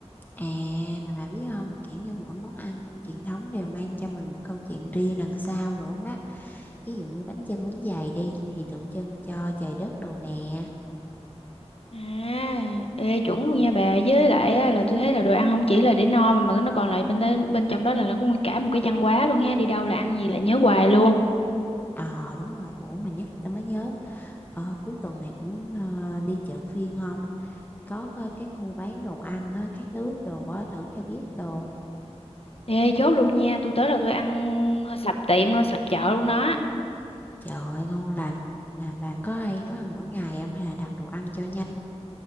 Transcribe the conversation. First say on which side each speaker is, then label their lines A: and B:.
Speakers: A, on the left; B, on the left.
A: à mà bà biết không kiểu như mỗi món ăn truyền thống đều mang cho mình một câu chuyện riêng đằng sau đồ má ví dụ như bánh chưng bánh dày đi thì tượng trưng cho trời đất đồ nè
B: à ê chuẩn luôn nha bà với lại á, là tôi thấy là đồ ăn không chỉ là để no mà mà nó còn là bên bên trong đó là nó cũng cả một cái văn hóa luôn ha đi đâu là ăn gì là nhớ hoài luôn
A: ờ đúng rồi ủa mà nhắc tôi mới nhớ ờ, cuối tuần này cũng ờ, đi chợ phiên không có ờ, cái khu bán đồ ăn á, các nước đồ á, thử cho biết đồ
B: Ê, chốt luôn nha, tôi tới là tôi ăn ờ, sập tiệm luôn, sập chợ luôn đó.
A: Trời ơi, ngon lành mà bà có hay nấu ăn mỗi ngày không hay là đặt đồ ăn cho nhanh?